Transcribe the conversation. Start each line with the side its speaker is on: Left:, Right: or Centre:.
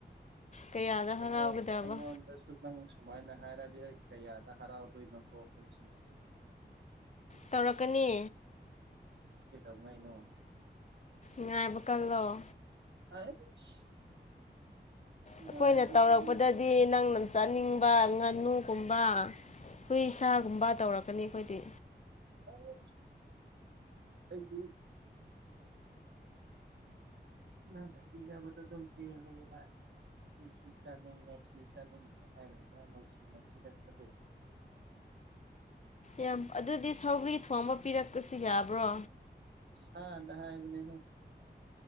Left: ꯀꯌꯥꯗ
Right: ꯑꯩꯉꯣꯟ
Left: ꯍꯔꯥꯎꯒꯗꯕ
Right: ꯑꯩꯉꯣꯟꯗ ꯁ ꯅꯪ ꯁꯨꯃꯥꯏꯅ ꯍꯥꯏꯔꯗꯤ ꯑꯩ ꯀꯌꯥꯗ ꯍꯔꯥꯎꯗꯣꯏꯅꯣ ꯇꯣꯛꯄ ꯁꯤꯁꯦ
Left: ꯇꯧꯔꯛꯀꯅꯤ
Right: ꯀꯩꯗꯧꯉꯩꯅꯣ
Left: ꯉꯥꯏꯕ ꯀꯗꯑꯣ
Right: ꯑꯔꯁ ꯉꯥꯏꯕꯗꯨꯗ
Left: ꯑꯩꯈꯣꯏꯅ ꯇꯧꯔꯛꯄꯗꯗꯤ ꯅꯪꯅ ꯆꯥꯅꯤꯡꯕ ꯉꯥꯅꯨꯒꯨꯝꯕ ꯈꯨ ꯁꯥꯥꯒꯨꯝꯕ ꯇꯧꯔꯛꯀꯅꯤ ꯑꯩꯈꯣꯏꯗꯤ
Right: ꯑꯣ ꯑꯩꯗꯤ ꯅ ꯅ ꯄꯤꯖꯥ ꯃ ꯄꯦ ꯂꯩꯒꯦꯗ ꯑꯩ ꯁꯤ ꯆꯥꯅꯤꯡꯉꯦ ꯁꯤ ꯆꯥꯅꯤꯡꯉꯦ ꯍꯥꯏꯔꯣꯏꯒ ꯅꯨꯡꯁꯤꯅ ꯄꯤꯔꯛꯄꯗꯨꯕꯨ
Left: ꯌꯥꯝ ꯑꯗꯨꯗꯤ ꯁꯧꯒ꯭ꯔꯤ ꯊꯣ ꯑꯃ ꯄꯤꯔꯛꯄꯁꯨ ꯌꯥꯕ꯭ꯔꯣ
Right: ꯁꯥꯗ ꯍꯥꯏꯕꯅꯦꯍꯦ